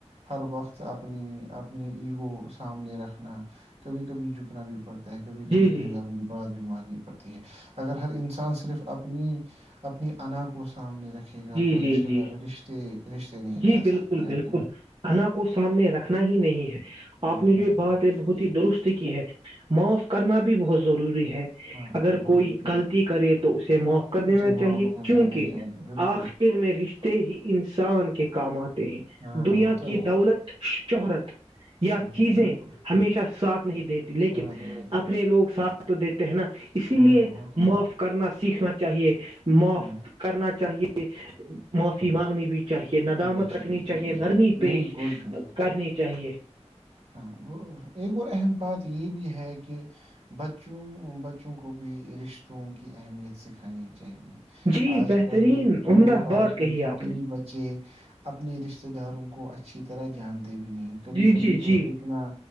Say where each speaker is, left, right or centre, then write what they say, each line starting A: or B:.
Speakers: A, on the right; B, on the right.
A: ہر وقت اپنی اپنی ایگو سامنے رکھنا کبھی کبھی جھکنا بھی پڑتا ہے کبھی
B: جی
A: کبھی
B: جی
A: ہزہ میں بڑا بیماری پڑتی ہے اگر ہر انسان صرف اپنی اپنی انا کو سامنے رکھ یہ
B: جی
A: تو
B: جی
A: رشتے
B: جی
A: دار رشتے رشتے نہیں
B: جی
A: چل
B: بالکل
A: سکتے ہے
B: بالکل
A: کہ
B: انا کو سامنے رکھنا ہی نہیں ہے اپ
A: ہاں
B: نے یہ باتیں بہت ہی درست کی ہیں معاف کرنا بھی بہت ضروری ہے ہے
A: ہاں
B: اگر
A: ضرور
B: کوئی غلطی کرے تو اسے معاف کر
A: اسے
B: دینا چاہیے
A: معاف کر
B: کیونکہ
A: دینا چاہیے بالکل
B: آخر میں رشتے ہی انسان کام آتے ہیں
A: ہاں
B: دنیا
A: وہ تو
B: کی
A: ہے
B: دولت شہرت یا
A: شوہر
B: چیزیں
A: بالکل
B: ہمیشہ ساتھ نہیں دیتی لیکن
A: ساتھ نہیں رہتے
B: اپنے لوگ ساتھ تو دیک ہے نا اسی
A: ہاں
B: لیے
A: وہ تو
B: معاف
A: ہے
B: کرنا سی سیکھنا چاہیے معاف
A: ہاں
B: کرنا چاہیے کہ معافی مانگنی بھی چاہیے ندامت
A: بے
B: رکھنی
A: شک بے
B: چاہیے
A: شک۔
B: نرمی
A: بالکل
B: پیش
A: بھی
B: کرنی چاہیے
A: ہاں وہ ایک اور اہم بات یہ بھی ہے کہ بچوں بچوں کو بھی ریس رشتوں کی اہمیت سکھانی چاہیے
B: جی
A: آج
B: بہترین
A: کل جو
B: عمدہ بات
A: آج کل
B: کہی
A: ک
B: آپ
A: کئی
B: نے
A: بچے اپنے رشتےہ داروں کو اچھی طرح جانتے بھی نہیں کبھی
B: جی
A: کبھی
B: جی
A: تو
B: جی
A: اتنا